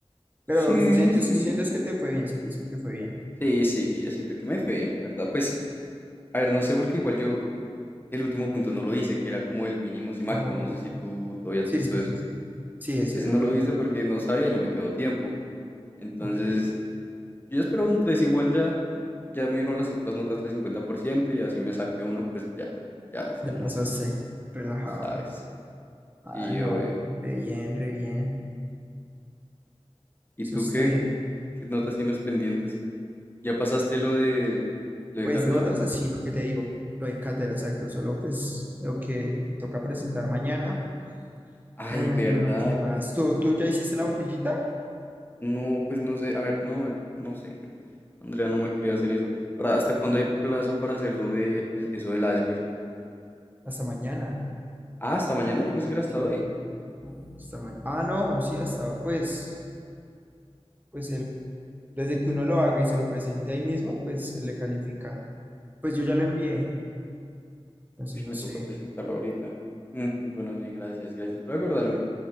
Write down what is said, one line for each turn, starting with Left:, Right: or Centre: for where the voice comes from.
Right: Pero
Left: Sí,
Right: sientes,
Left: sí.
Right: sientes que te fue bien, sientes que te fue bien.
Left: Sí, sí, yo siento que me fue bien, la verdad. Pues, a ver, no sé, porque igual yo, El último punto no lo hice, que era como el mínimos y máximos.
Right: Oh.
Left: No sé si tú, tú habías
Right: Sí,
Left: visto
Right: sí,
Left: eso.
Right: sí, sí. Sí, ese
Left: Ese
Right: es
Left: no
Right: el
Left: lo
Right: orden.
Left: hice porque no sabía y no me quedó tiempo. Entonces,
Right: Ok,
Left: yo esperaba un 3 igual ya. Ya me dieron las otras notas del 50% y así me saqué uno, pues ya, ya eso
Right: ya
Left: uno
Right: pasaste.
Left: pasa,
Right: Relajado.
Left: tú sabes. Sí,
Right: Ah, no,
Left: obvio.
Right: re bien, re bien.
Left: ¿Y
Right: Eso
Left: tú
Right: está
Left: qué?
Right: bien.
Left: ¿Qué notas tienes pendientes? ¿Ya pasaste lo de, lo
Right: Pues
Left: de cátedra?
Right: notas así lo que te digo, lo de cátedra, exacto. Solo pues lo que toca presentar mañana.
Left: Ay,
Right: Eh,
Left: verdad.
Right: ¿qué más? ¿Tú, tú ya hiciste la botellita?
Left: No, pues no sé, a ver, no, no sé. <laughs> Andrea no me quería hacer eso. ¿Para hasta cuándo hay plazo para hacerlo de el- eso del iceberg?
Right: Hasta mañana.
Left: Ah, hasta mañana, yo pensé que era hasta
Right: Sí.
Left: hoy.
Right: No, Hasta mañana. Ah, no, sí, hasta pues, pues el, desde que uno lo haga y se lo presente ahí mismo, pues le califica. Pues yo ya lo envié. Entonces
Left: Uy,
Right: no
Left: me
Right: sé.
Left: toca presentarlo ahorita. Mm, bueno, sí, gracias, gracias por acordarme.